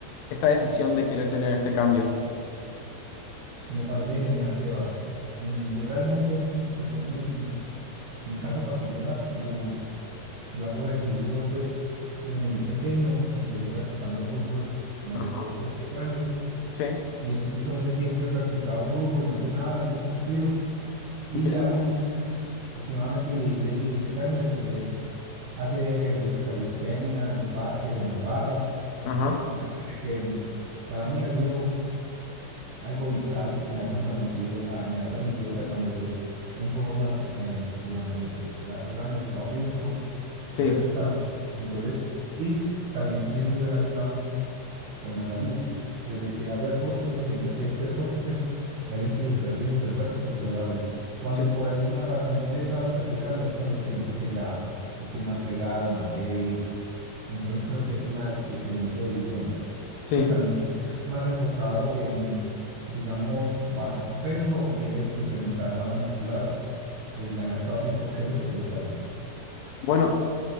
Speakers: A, on the left; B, on the right.
A: esta decisión de querer tener este cambio.
B: Me parece genial, Sebas. Mm, Yo realmente te cuento mi, mi- Mi caso particular, yo, yo hago ejercicio pues desde muy pequeño, empecé practicando fútbol como
A: Ajá.
B: a los 8 o 10 años
A: Sí,
B: y desde ese entonces siempre he practicado fútbol, he entrenado, he competido y
A: entiendo.
B: ya cuando tuve aproximadamente 16 17 años empecé a hacer ejercicios de calistenia en los parques, en las barras
A: Ajá.
B: y créeme que para mí ha sido algo vital porque me ha permanecido, ah, me ha permitido permanecer en forma eh, durante largos años de estado físico fuerza.
A: Sí,
B: Entonces, y también viene muy relacionado con la salud. Desde que hago deporte, pues siempre que he hecho deporte, me he sentido súper bien, súper fuerte, súper saludable. Cuando
A: sí,
B: por alguna razón he dejado de practicarlo, es cuando siento que ya estoy más pegado, más débil. Entonces, creo que es una ex- excelente decisión.
A: sí.
B: Cuéntame, ¿estás más enfocado en, digamos, bajar tu peso o quieres incrementar masa muscular, eh, ganar estado físico? ¿Qué es lo que te gustaría?
A: Bueno.